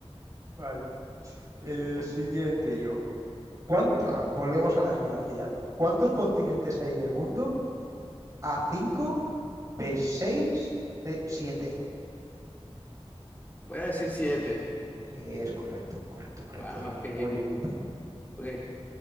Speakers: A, on the right; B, on the left.
A: Vale. Eh,
B: Ok.
A: siguiente yo. ¿Cuánto, ah, volvemos a la geografía. ¿Cuántos continentes hay en el mundo? a cinco, b seis, c siete.
B: Voy a decir siete.
A: Sí, es correcto, correcto, correcto,
B: Wow,
A: Diego.
B: ok.
A: Muy bien.
B: Ok.